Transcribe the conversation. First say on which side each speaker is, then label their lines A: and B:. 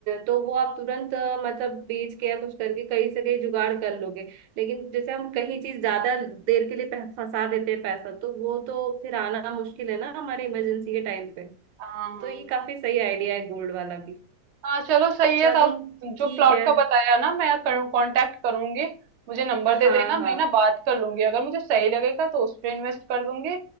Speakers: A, on the right (about 85°); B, on the right (about 65°).
A: तो वो आप तुरंत अ, मतलब बेच के या कुछ करके कहीं से कहीं जुगाड़ कर लोगे लेकिन जैसे हम कहीं चीज ज्यादा देर के लिए पह- फंसा देते हैं पैसा तो वो तो फिर आना मुश्किल है ना हमारे इमरजेंसी के टाइम पे
B: हाँ हाँ
A: तो ये काफी सही आइडिया है गोल्ड वाला भी
B: हाँ चलो सही
A: चलो
B: है तो जो
A: ठीक
B: प्लॉट
A: है
B: का बताया ना मैं कांटेक्ट करूंगी मुझे नंबर
A: हाँ
B: दे देना मैं
A: हाँ
B: ना बात कर लूंगी अगर मुझे सही लगेगा तो उस पे इन्वेस्ट कर दूंगी